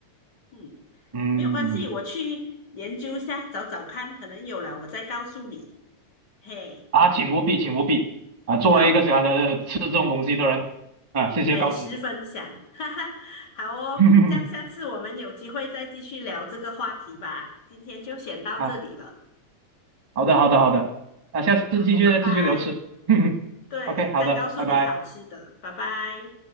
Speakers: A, on the left (about 35°); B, on the right (about 15°).
A: 嗯，
B: 嗯嗯
A: 没有关系，我去研究一下，找找看，可能有了，我再告诉你。嘿，
B: 啊，请务必，请务必啊！作为一个喜欢的吃这种东西的人，
A: 好，
B: 啊，谢谢告知。
A: 美食分享，<laughs> 哈哈，好哦，
B: <laughs>
A: 这样下次我们有机会再继续聊这个话题吧。今天就先到这里了，
B: 啊，好的，好的，好的，啊，下次继续继续聊吃。
A: 好，拜拜。
B: <laughs>
A: 对，
B: OK，好的，
A: 再告诉你好吃的，
B: 拜拜拜。
A: 拜拜。